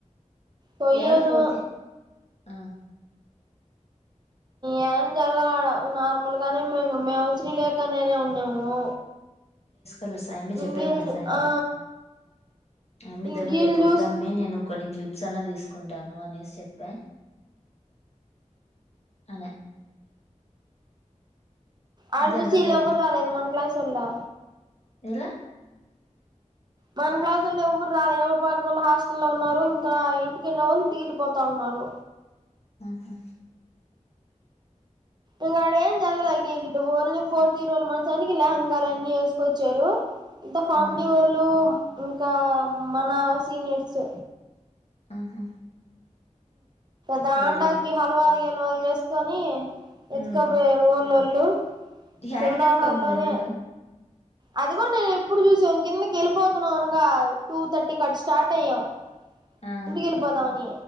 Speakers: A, on the right (about 35°); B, on the left (about 55°).
A: పోయాను
B: యాల ఫోర్త్ ఇయర్
A: ఏం జరగల అడ నార్మల్గానే మేము మేము శ్రీలేక నేనే ఉన్నాము
B: అలు సాయం ఆమీ చెప్పలే
A: ఇంగీళ్ళు
B: సా
A: ఆ
B: నేను ఏమిదను
A: ఇంగీళ్ళు
B: రేపుద్దామ్మే
A: చూస్
B: నేను కొన్ని క్లిప్స్ అన్నా తీసుకు కుంటాను అనేసి చెప్పా అనే
A: అడ
B: ఇది
A: చూసి
B: అంత
A: యిల్లు
B: ఫోర్త్
A: ఎవ్వరు రాలేదు మన క్లాస్ల్లా
B: ఎలా
A: మన క్లాసుల్లో ఎవరు రాల ఎవరి పడుకొని హాస్టల్లో ఉన్నారు ఇంకా ఇంటికెళ్ళ వాళ్ళు ఇంటికెళ్ళిపోతా ఉన్నారు
B: ఆహా
A: ఇంగా అడ ఏన్ జారగలే ఇల్టు బోల్ని ఫోర్త్ ఈయారోళ్ళు మంచానికి లహెంగాలు అన్ని వేసుకొచ్చారు ఇంత ఫామిడి
B: ఆ
A: వాళ్ళు ఇంకా మన సీనియర్స్
B: ఆహా
A: ధన్డోకి
B: వాళ్ళీళ్ళు
A: హల్వాలు గిల్వాలు చేసుకొని ఎతుకపోయారు
B: ఉమ్
A: ఊళ్ళోళ్ళు
B: యాడికి
A: సెమినార్
B: ఎత్తుకొని
A: హాల్లోనే
B: పోయినారు
A: అది కూడా నేను ఎప్పుడు చూసాంం కిందకి వెళ్ళిపోతున్నాం అనగా టూ థర్టీ క స్టార్ట్ అయ్యాం
B: ఆ
A: ఇంటికిళ్ళిపోదామని